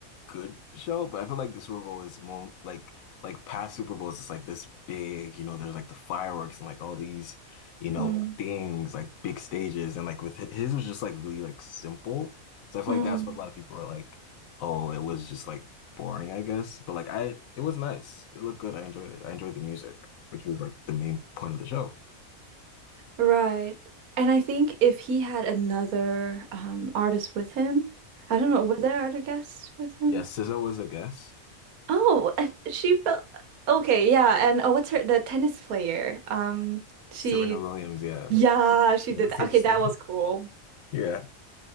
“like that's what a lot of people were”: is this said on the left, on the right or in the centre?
Left